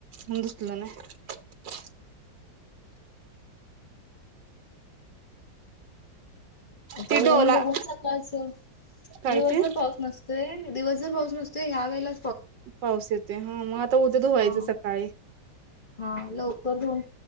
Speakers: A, on the right; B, on the left.
A: मग धुतलं नाही
B: आता
A: ते डोला
B: ऊन बघून सकाळच
A: काय
B: दिवस
A: ते
B: भर पाऊस नसतोय दिवस भर र पाऊस नसतोय ह्या वळेला
A: पाऊस येतोय हा मग आता उद्या धुवायचं
B: हा
A: सकाळी.
B: हा लवकर धुवून